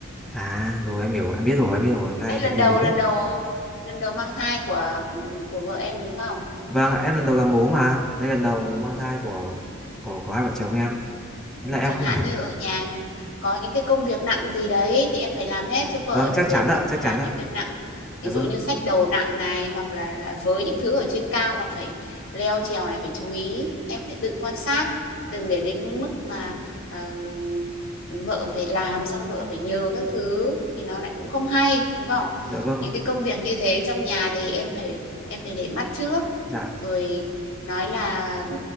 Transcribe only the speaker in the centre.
à rồi em hiểu rồi, em biết rồi em biết rồi cái
này em
phải lưu
ý đấy
vâng ạ, em lần đầu làm bố mà đây lần đầu mang
thai của của của hai vợ chồng em nên là em
không
<laughs>
vâng chắc
chắn ạ
chắc
chắn ạ
dạ vâng
dạ vâng
ạ
Dạ,